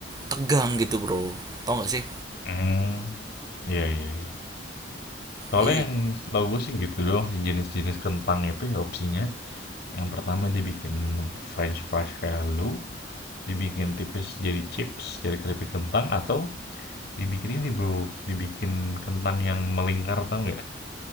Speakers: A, on the right; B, on the left.
A: tegang gitu bro tau nggak sih
B: Hmm, iya iya iya. Soalnya
A: iya
B: yang setahu gue sih gitu doang sih jenis-jenis kentang itu ya opsinya. Yang pertama dibikin French fries kayak lu, dibikin tipis jadi chips, jadi keripik kentang atau Dibikin ini bro, dibikin kentang yang melingkar tau nggak?